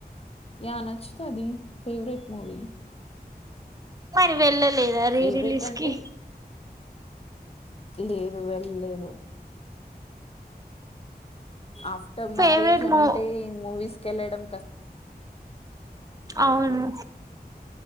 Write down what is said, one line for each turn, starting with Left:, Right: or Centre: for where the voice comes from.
Left: యా నచ్చుతది ఫేవరెట్ మూవీ
Right: మరి వెళ్ళలేదా రీ
Left: ఫేవరెట్
Right: రిలీజ్
Left: అంటే
Right: కి
Left: లేదు వెళ్ళలేదు ఆఫ్టర్
Right: ఫేవరెట్
Left: మ్యారేజ్
Right: మూ
Left: అంటే మూవీస్ కి వెళ్లడం
Right: అవును